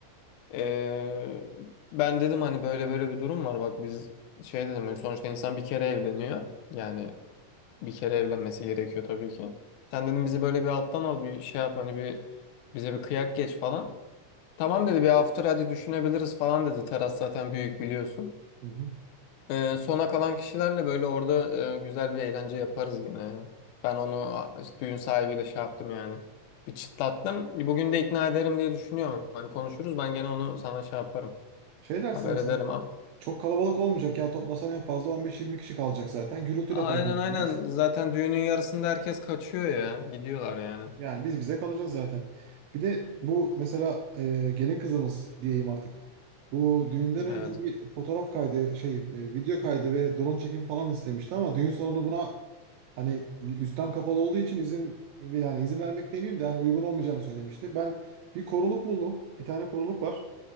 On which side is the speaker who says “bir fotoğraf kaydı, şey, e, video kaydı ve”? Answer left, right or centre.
Right